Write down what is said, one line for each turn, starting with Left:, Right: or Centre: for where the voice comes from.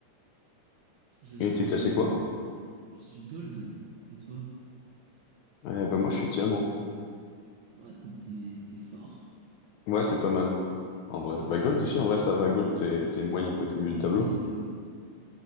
Right: Je joue.
Left: Et t'es classé
Right: euh,
Left: quoi?
Right: Je suis gold. Et toi?
Left: Euh, bah, moi, je suis diamant.
Right: What? mais T'es t'es fort.
Left: Ouais, c'est pas mal. En vrai.
Right: Bah ouais,
Left: Bah,
Right: c'est
Left: gold aussi, en vrai, ça va. Gold, t'es, t'es moyen, quoi. T'es
Right: c'est
Left: milieu de tableau.
Right: mid. ouais.